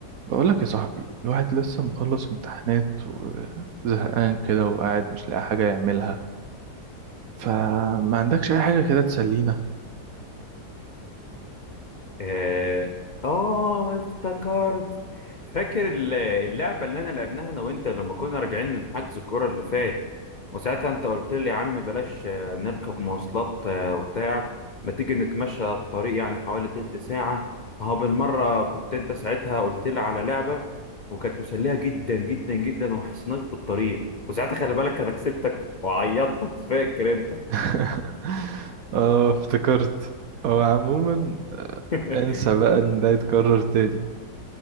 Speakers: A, on the right (about 65°); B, on the left (about 60°).
A: بقولك يا صاحبي الواحد لسه مخلص امتحانات وزهقان كده وقاعد مش لاقي حاجة يعملها فما عندكش أي حاجة كده تسلينا
B: آه آه، افتكرت فاكر ال- اللعبة اللي أنا لعبناها أنا وأنت لما كنا راجعين من حجز الكورة اللي فات وساعتها أنت قلت لي يا عم بلاش آه، نركب مواصلات آه، وبتاع ما تيجي نتمشى الطريق يعني حوالي تلت ساعة أهو بالمرة كنت أنت ساعتها قلت لي على لعبة وكانت مسلية جدا جدا جدا وما حسيناش بالطريق وساعتها خلي بالك أنا كسبتك وعيطتك فاكر أنت
A: <laughs> اه افتكرت هو عموما آه،
B: <laughs>
A: انسى بقى ان ده يتكرر تاني